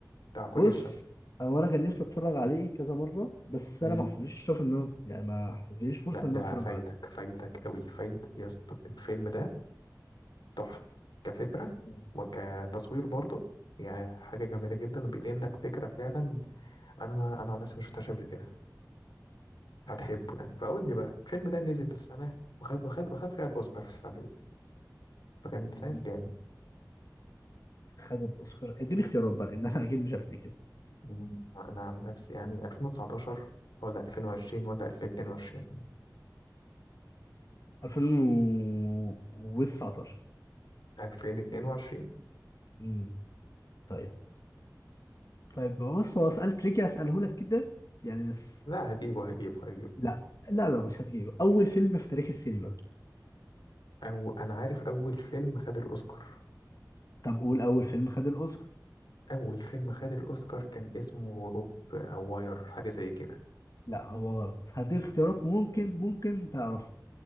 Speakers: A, on the left; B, on the left.
A: بتاع كوريا
B: بص هو انا كان نفسي اتفرج عليه كذا مره بس
A: الشمالية
B: انا ما حصلليش الشرف ان انا يعني ما حصلليش فرصه
A: لا ده
B: ان انا اتفرج
A: فايتك
B: عليه
A: فايتك قوي فايتك يا اسطى الفيلم ده تحفة كفكرة
B: مم.
A: وكتصوير برضه يعني حاجة جميلة جدا وبينقل لك فكرة فعلا أنا أنا عن نفسي ما شفتهاش قبل كده هتحبه يعني فقول لي بقى الفيلم ده نزل السنة وخد وخد وخد فيها الأوسكار في السنة دي فكان سنة
B: أم-
A: كام؟
B: خد الاوسكار اديني اختيارات بقى لان انا اكيد مش هفتكر
A: مم، أنا عن نفسي يعني 2019 ولا 2020 ولا 2022
B: 2019
A: 2022
B: امم طيب طيب بص هو سؤال تريكي اساله لك كده يعني بس
A: لا هجيبه هجيبه هجيبه
B: لا لا لا مش هتجيبه اول فيلم في تاريخ السينما
A: أو أنا عارف أول فيلم خد الأوسكار
B: طب قول اول فيلم خد الاوسكار
A: اول فيلم خد الاوسكار كان اسمه روب او واير حاجه زي كده
B: لا هو غلط هديك اختيارات ممكن ممكن تعرفه